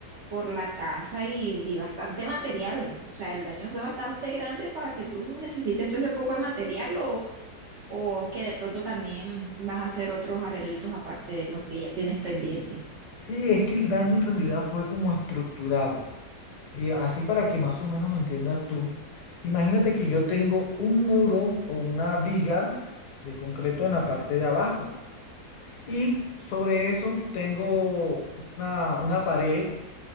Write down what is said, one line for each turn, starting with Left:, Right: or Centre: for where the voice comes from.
Right: por la casa y vi bastante material. O sea, el daño fue bastante grande para que tú necesites todo ese poco de material. Lo, o es que de pronto también vas a hacer otros arreglitos aparte de los que ya tienes pendientes.
Left: Sí, es que el daño en realidad fue como estructural. eh, así para que más o menos me entiendas tú, imagínate que yo tengo un muro o una viga de concreto en la parte de abajo y sobre eso tengo una, una pared